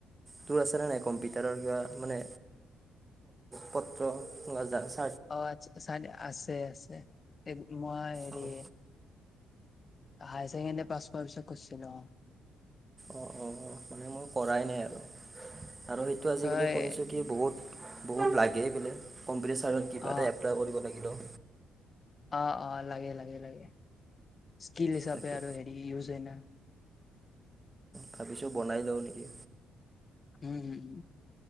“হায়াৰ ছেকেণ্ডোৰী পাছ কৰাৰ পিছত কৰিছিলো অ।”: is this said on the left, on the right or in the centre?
Left